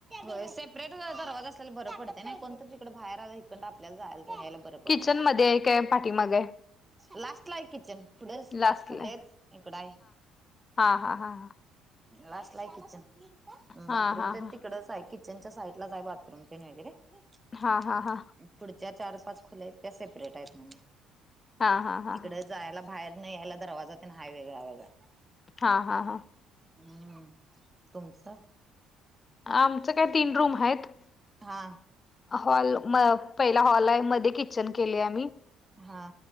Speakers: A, on the right; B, on the left.
A: होय सेपरेट दरवाजा असलेल बरं पडतंय नाय कोणतरी पण इकड बाहेर आलं इकडनं आपल्याला जायला पण बरं
B: किचन
A: पडतं
B: मध्ये आहे काय पाठीमाग आहे
A: लास्ट ला आहे किचन पुुढ
B: लास्टला
A: पाच खोल्यायेत.
B: आहे
A: इकडाये
B: हा हा हा हा.
A: लास्ट लाये किचन
B: हा
A: बाथरूम
B: हा
A: तर
B: हा
A: तिकडच आये किचनच्या साईड लाच आय बाथरूम. <unintelligible>
B: हा हा हा
A: पुढच्या चार पाच खोल्याहेत त्या सेपरेट आहेत म्हणजे
B: हा हा हा
A: तिकड
B: हा
A: जायला बाहेर अन् यायला दरवाजा पण आहे वेगळा वेगळा
B: हां हां हां,
A: हम् तुमच?
B: आमच काय तीन रूम हायेत.
A: हा
B: हॉल म पहिला हॉल आहे मधे किचन केलय आम्ही.
A: हा